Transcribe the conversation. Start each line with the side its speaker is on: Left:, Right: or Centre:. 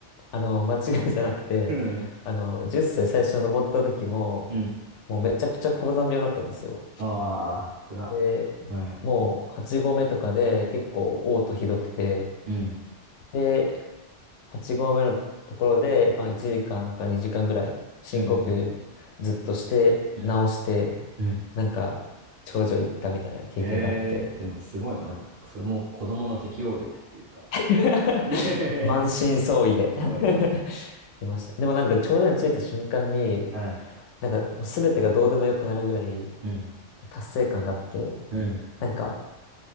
Left: あの、間違いじゃなくて、
Right: うん。
Left: あの、10歳最初登った時も、
Right: うん。
Left: もうめちゃくちゃ高山病だったんですよ。
Right: ああ、つら。
Left: で、
Right: はい。
Left: もう8合目とかで結構嘔吐ひどくて、
Right: うん。
Left: で、8合目のところで、まあ、
Right: うん。
Left: 1時間か2時間ぐらい深呼吸ずっとして直して
Right: うん。うん。うん。うん。
Left: なんか頂上行ったみたいな経験があって
Right: ええでもすごいな。なんか、それも子供の適応力っていうか。
Left: <laughs>
Right: ねえ、
Left: 満身創痍で
Right: すごいな。
Left: <laughs> いました。でもなんか頂上に着いた瞬間に
Right: はい。
Left: なんかもう全てがどうでもよくなるぐらい
Right: うん。
Left: 達成感があって
Right: うん。
Left: なんか